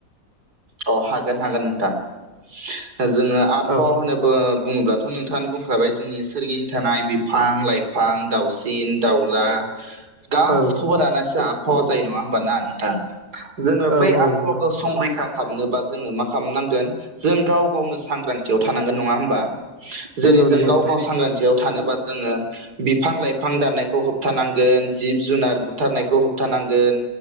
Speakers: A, on the right; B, on the right.
A: अ हागोन हागोन नोंथां जोङो आबहावा
B: औ
A: होनोब्ला बुङोब्लाथ' नोंथाङानो बुंखाबाय जोंनि सोरगिनि थानाय बिफां लाइफां दाउसिन दाउला गासिखौबो
B: औ
A: लानानैसो आबहावा जायो नङा होमबा ना नोंथां? जोङो
B: औ
A: बै
B: औ
A: आबहावाखौ
B: नंगौ
A: संरैखा खालामनोबा जोङो मा खालामनांगोन जों गाव गावनो सांग्रांथियाव थानांगोन नङा होमबा? जेरै
B: नंगौ
A: जों
B: नंगौ
A: गाव
B: नोंथां
A: गाव सांग्रांथियाव थानोबा जोङो बिफां लाइफां दाननायखौ होब होबथानांगोन जिब जुनार बुथारनायखौ होबथानांगोन